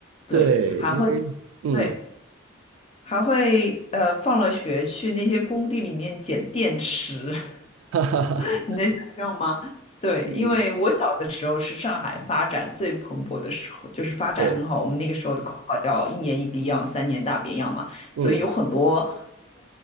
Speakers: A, on the left; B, on the right.
A: 对，
B: 对，
A: 还会。
B: 因为嗯，
A: 对。还会呃放了学去那些工地里面捡电池，
B: <laughs> 哈哈哈，
A: <laughs> 你能想象吗？对，
B: 嗯，
A: 因为我小的时候是上海发展最蓬勃的时候，就是发展很好。
B: 对，
A: 我们那个时候的口号叫“一年一个样，三年大变样”嘛，
B: 嗯
A: 所以有很多